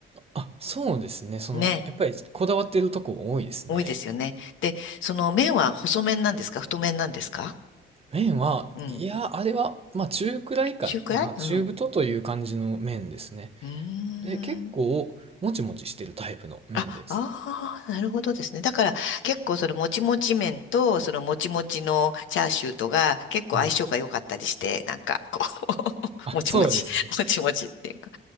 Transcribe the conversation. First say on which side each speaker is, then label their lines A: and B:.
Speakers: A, on the right (about 30°); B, on the left (about 75°).
A: あ、そうですね。その、
B: ね、
A: やっぱりこだわってるとこ多いですね。
B: 多いですよね。で、その麺は細麺なんですか太麺なんですか
A: 麺は、
B: うん。
A: いや、あれは、まあ中くらいかな。
B: 中くらいうん。
A: 中太という感じの麺ですね。
B: うー
A: で、結構、
B: ん。
A: もちもちしてるタイプの麺です。
B: あ、ああ、なるほどですね。だから結構そのもちもち麺とそのもちもちのチャーシューとが結構相性が良かったりして、
A: はい。
B: なんかこ
A: あ、
B: う <laughs> もちもち、
A: そうですね。
B: もちもちっていうか。